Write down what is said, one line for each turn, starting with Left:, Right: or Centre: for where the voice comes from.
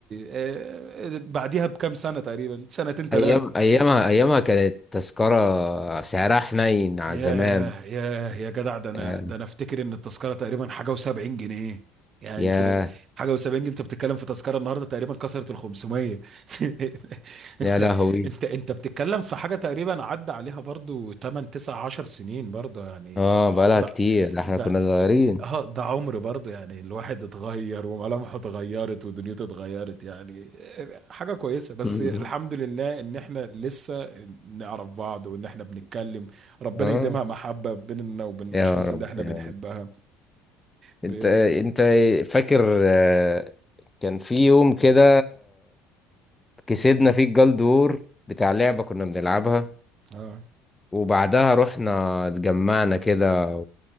Right: آه، آه، بعديها بكام سنة تقريبا سنتين ثلاثة
Left: أيام أيامها أيامها كانت تذكرة سعرها حنين على
Right: ياه
Left: زمان
Right: ياه يا جدع ده انا
Left: يعني
Right: ده انا افتكر ان التذكره تقريبا حاجه و70 جنيه يعني
Left: يا
Right: انت حاجه و70 جنيه انت بتتكلم في تذكره النهارده تقريبا كسرت ال 500 <laughs>
Left: يا
Right: انت
Left: لهوي
Right: انت انت بتتكلم في حاجه تقريبا عدى عليها برضو 8 9 10 سنين برضو يعني
Left: آه
Right: ده
Left: بقالها
Right: ده
Left: كتير ده إحنا
Right: ده
Left: كنا صغيرين
Right: اه ده عمر برضه يعني الواحد اتغير وملامحه اتغيرت ودنيته اتغيرت يعني حاجة كويسة بس
Left: <laughs>
Right: الحمد لله ان احنا لسه نعرف بعض وان احنا بنتكلم ربنا
Left: اه
Right: يديمها محبة بيننا وبين الاشخاص
Left: يا رب
Right: اللي احنا
Left: يا
Right: بنحبها
Left: رب
Right: ب...
Left: انت انت فاكر آه، كان في يوم كده كسبنا فيه الجلدور بتاع لعبة كنا بنلعبها
Right: اه
Left: وبعدها رحنا اتجمعنا كده